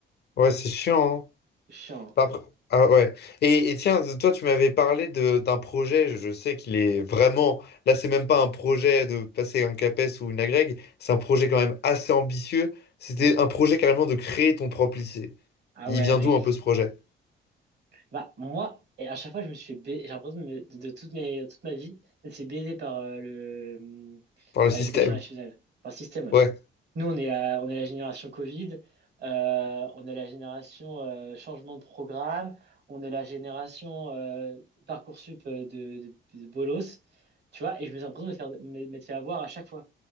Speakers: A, on the left; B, on the right.
A: Ouais, c'est chiant. hein.
B: Chiant. hein.
A: Pas pr- Ah ouais. Et, et tiens, toi, tu m'avais parlé de d'un projet. Je je sais qu'il est vraiment. Là, c'est même pas un projet de passer un CAPES ou une agrég. C'est un projet quand même assez ambitieux. C'était
B: Ouais.
A: un projet carrément de créer ton propre lycée.
B: Ah
A: Il
B: ouais
A: vient
B: mec.
A: d'où un peu ce projet?
B: Bah, moi, et à chaque fois, je me suis fait ba- j'ai l'impression de, me- de- de toute, mes, toute ma vie, c'est baisé par euh, le, hum,
A: Par
B: par
A: le système.
B: l'éducation nationale, par le système, ouais.
A: Ouais.
B: Nous, on est la, on est la génération Covid, euh, on est la génération euh, changement de programme, on est la génération euh, Parcoursup euh, de, de, de bolos, tu vois, et je me suis l'impression de me faire, me- m'être fait avoir à chaque fois.